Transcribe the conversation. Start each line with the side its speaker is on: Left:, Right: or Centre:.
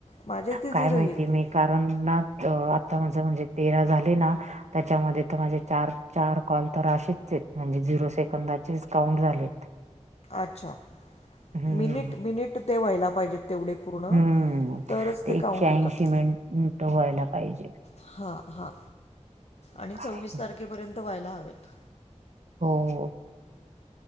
Left: माझ्या इथे
Right: काय
Left: झिरो
Right: माहितीय
Left: येईल
Right: मी.
Left: ते
Right: कार आता म्हण म्हणजे तेरा झाले ना त्यांच्यामध्ये, माझे च चार कॉल तर असेच म्हणजे झिरो सेकंदाचेच काउंट झालेत.
Left: अच्छा
Right: हम्म
Left: मिनिट मिनिट ते व्हायला पाहिजेत तेवढे. पूर्ण
Right: हम्म
Left: तरच
Right: ते
Left: काउंट
Right: एकशे ऐंशी
Left: होतात.
Right: मिनट व्हायला पाहिजे.
Left: हा हा आणि
Right: काय
Left: स्वीस तारखेपर्यंत व्हायला हवेत.
Right: हो.